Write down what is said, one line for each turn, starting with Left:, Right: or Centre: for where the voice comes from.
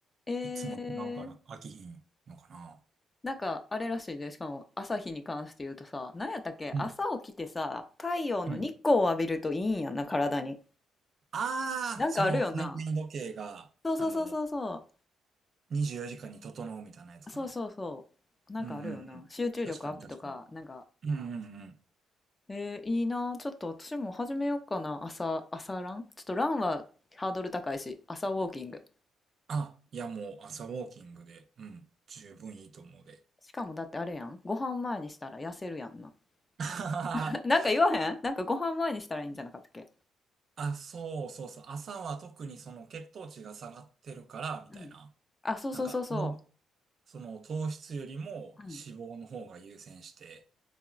Left: え
Right: いつも違うから飽きひんのかな。
Left: なんかあれらしいで、しかも朝日に関して言うとさ、なんやったっけ、
Right: うん。
Left: 朝起きてさ、太陽の日光を浴びるといいんやんな、
Right: うん。
Left: 体に。
Right: ああ、
Left: なんかあるよな。
Right: その、年々時計が、
Left: そうそうそうそうそ
Right: あの、24時間に整うみたいなやつかな。
Left: う。そうそうそう。なんかあるよな。
Right: うんうんうん。
Left: 集中力アップとか、
Right: 確かに確かに。
Left: なんか、
Right: うんうんうん。
Left: えー、いいな。ちょっと私も始めようかな。朝、朝ランちょっとランはハードル高いし、朝ウォーキング。
Right: あ、いやもう朝ウォーキングで、うん、十分いいと思うで。
Left: しかもだってあれやん。ご飯前にしたら痩せるやんな。
Right: <laughs>
Left: <laughs> なんか言わへんなんかご飯前にしたらいいんじゃなかったっけ
Right: あ、そうそうそう。朝は特にその血糖値が下がってるから、みたいな。
Left: うん。あ、そうそうそうそ
Right: なんか、糖その糖質よりも脂肪の方が優先して
Left: う。うん